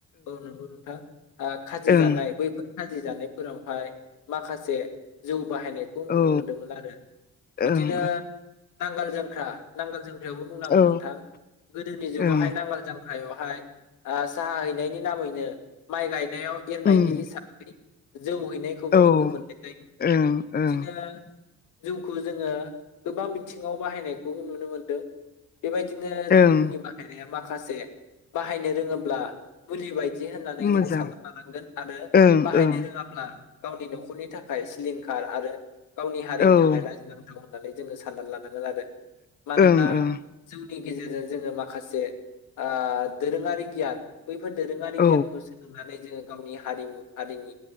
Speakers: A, on the left; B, on the left.
A: औ नंगौ नोंथां। औ। खाजि
B: ओं
A: जानाय बैफोर खाजि जानायफोरावहाय माखासे <unintelligible> बाहायनायखौ नुनो
B: औ
A: मोनदों आरो बिदिनो
B: ओं
A: नांगाल जांख्रा नांगोल जोंख्रायावबो बुंनांगोन
B: ओं औ
A: नोंथां गोदोनि जुावहाय
B: ओं
A: नांगाल <unintelligible> हायाव हाय आ साहा हैनायनि नामैनो माइ गायनायाव <unintelligible>
B: उम
A: हिसाबै जौहैनायखौबो
B: औ
A: नुनो मोननाय जायो बिदिनो
B: ओं ओं
A: जौखौ जोङो गोबां बिथिङाव बाहायनायखौ नुनो मोनदों। बेबायदिनो
B: ओं
A: जौनि बाहायनाया माखासे बाहायनो रोङाब्ला मुलिबाय <unintelligible> होननानै
B: मोजां
A: जों <unintelligible> लानांगोन आरो
B: ओं
A: बाहायनो
B: ओं
A: रोङाब्ला गावनि नखरनि थाखाय सिलिंखार आरो गावनि हारिनि
B: औ ओं
A: थाखाय लाजिनांथाव <unintelligible> जोङो सानना लानांगोन आरो। मानोना
B: ओं
A: जौ <unintelligible> गेजेरजों जोङो माखासे आ दोरोङारि गियान बैफोर दोरोङारि
B: औ
A: गियानखौ सोलोंनानै जों गावनि हारिमु हारिनि